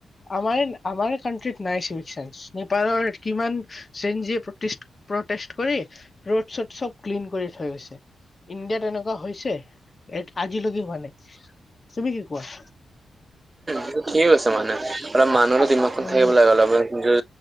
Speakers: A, on the left; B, on the right.
A: আমাৰে আমাৰে আমাৰ কান্ট্ৰিজ নাই চিবিল চেন্স। নেপালৰ কিমান চেনজিয় প্ৰটেষ্ট কৰি ৰোড চড চব ক্লিন কৰি থয় গৈছে। ইণ্ডিয়াত এনেকুৱা হৈছে আজিলৈকে হোৱা নাই তুমি কি কোৱা?
B: তই ঠিক কৈছ মানে অলপ মানুহৰো দিমাকখন
A: আহ
B: থাকিব লাগে অলপমান নিজৰ